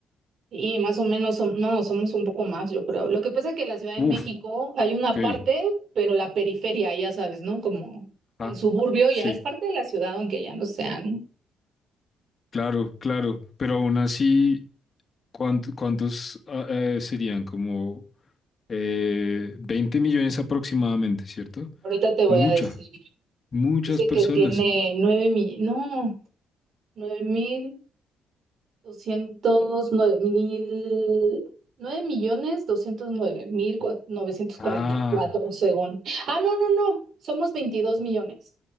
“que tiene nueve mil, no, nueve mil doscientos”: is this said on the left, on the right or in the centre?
Right